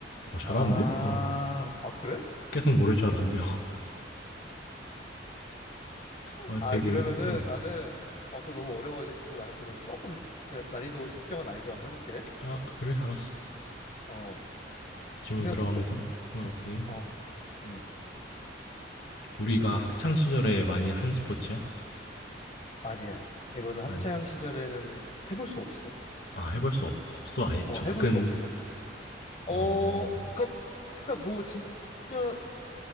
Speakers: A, on the left; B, on the left.
A: 어 잘하는데?
B: 아,
A: 어.
B: 아, 그래?
A: 계속 모를 줄 알았는데. 어. 아,
B: 아,
A: 되게
B: 그러면은
A: 어.
B: 나는, 아, 그거 너무 어려워가지고 나는 그러면 조금, 그냥 난이도, 적정한 난이도 한번 해볼게.
A: 아, 그래 알았어.
B: 어,
A: 질문
B: 생각했어.
A: 들어갑니다. 어, 오케이.
B: 어, 응.
A: 우리가 학창 시절에 많이 한 스포츠야?
B: 아니야. 이거는
A: 아니야.
B: 학창 시절에는 해볼 수 없어.
A: 아, 해볼 수 없, 없어. 아예
B: 어,
A: 접근
B: 해볼 수 없어. 어,
A: 어.
B: 그, 그니까 뭐 진짜